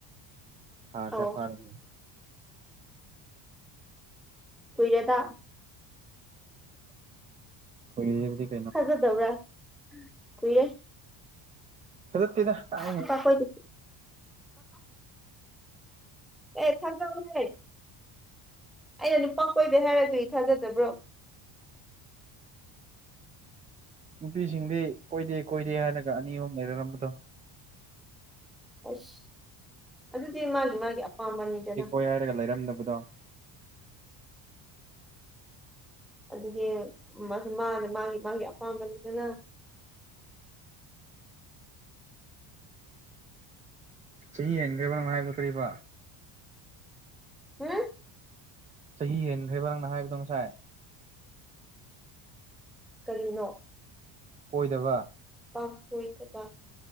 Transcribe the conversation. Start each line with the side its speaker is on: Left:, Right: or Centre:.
Right: ꯊꯥ
Centre: ꯑꯧ
Right: ꯀꯌꯥ ꯐꯥꯔꯒꯦ
Centre: ꯀꯨꯏꯔꯦꯗ
Right: <unintelligible>
Centre: ꯊꯥꯖꯗꯕ꯭ꯔꯥ ꯀꯨꯏꯔꯦ
Right: <unintelligible> ꯀꯥꯏ <unintelligible>
Centre: ꯅꯨꯄꯥꯈꯣꯏꯗꯤ ꯑꯦ ꯊꯥꯖꯧꯍꯦ ꯑꯩꯅ ꯅꯨꯄꯥ ꯀꯣꯏꯗꯦ ꯍꯥꯏꯔꯒꯗꯤ ꯊꯥꯖꯗꯕ꯭ꯔꯣ
Right: ꯅꯨꯄꯤꯁꯤꯡꯗꯤ ꯀꯣꯏꯗꯦ ꯀꯣꯏꯗꯦ ꯍꯥꯏꯔꯒ ꯑꯅꯤ ꯑꯍꯨꯝ ꯂꯩꯔꯝꯕꯗꯣ
Centre: ꯑꯩꯁ ꯑꯗꯨꯗꯤ ꯃꯥꯒꯤ ꯃꯥꯒꯤ ꯑꯄꯥꯝꯕꯅꯤꯗꯅ
Right: ꯍꯣꯏ ꯍꯥꯏꯔꯒ ꯂꯩꯔꯝꯗꯕꯗꯣ <inaudible>
Centre: ꯑꯗꯨꯗꯤ ꯃꯥꯅ ꯃꯥꯒꯤ ꯃꯥꯒꯤ ꯑꯄꯥꯝꯕꯅꯤꯗꯅ
Right: ꯆꯍꯤ ꯍꯦꯟꯈ꯭ꯔꯕ ꯍꯥꯏꯕꯔꯣ ꯀꯔꯤꯕꯣ
Centre: ꯎꯝ
Right: ꯆꯍꯤ ꯍꯦꯟꯈ꯭ꯔꯦꯕ ꯅꯪꯅ ꯍꯥꯏꯕꯗꯣ ꯉꯁꯥꯏ
Centre: ꯀꯔꯤꯅꯣ
Right: ꯀꯣꯏꯗꯕ
Centre: ꯅꯨꯄꯥ ꯀꯣꯏꯗꯕ